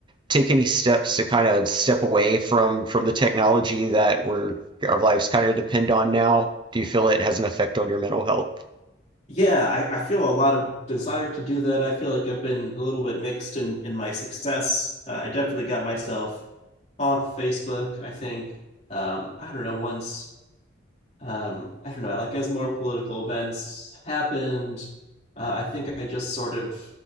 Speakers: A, on the right; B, on the left.
A: take any steps to kind of step away from from the technology that we're our lives kind of depend on now? Do you feel it has an effect on your mental health?
B: yeah, I, I feel a lot of desire to do that. I feel like I've been a little bit mixed in in my success. Uh, I definitely got myself off Facebook, I think. Um, I don't know, once um, I don't know, like as more political events happened, uh, I think I just sort of